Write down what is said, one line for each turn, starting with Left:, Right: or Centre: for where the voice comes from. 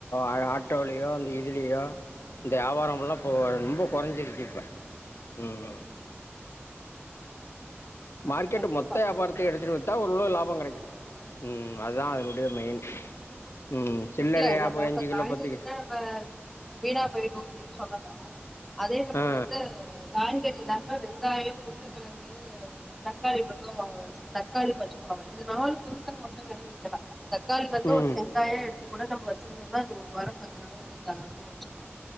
Left: அது ஆட்டோலயோ அந்த இதுலயோ இந்த யாபாரம்லா இப்போ ரொம்ப கொறஞ்சிருச்சு இப்ப
Centre: <inaudible>
Left: ம் மார்கெட்டு
Centre: கண்டிப்பா
Left: மொத்த யாபாரத்தையு எடுத்துட்டு வந் ட்டா ஒரளவு லாபோ கெடைக்கு ம் அதா அதனுடைய மெயின் ம் சில்லரயா
Centre: இல்ல நம்ம
Left: போய் அஞ்சு கிலோ
Centre: காய்கறினா
Left: பத்து கி
Centre: இப்ப வீணா போயிடு அப்டின்னு சொன்னனா அதே நம்ம
Left: ஆ
Centre: வந்து காய்கறி இல்லாம வெங்காயம் உருள கெழங்கு தக்காளி மட்டு தக்காளி பச்ச மொளவு இந்த நாலு பொருட்கள் மட்டு வேணா விக்கலா தக்காளி வந்து
Left: ம்
Centre: ஒரு செங்காய எ அது கூட நம்ம வச்சிருந்தோம்னா அது ஒரு வாரம் பத்து நாள் வரையு தாராளமா வச்சிக்கலா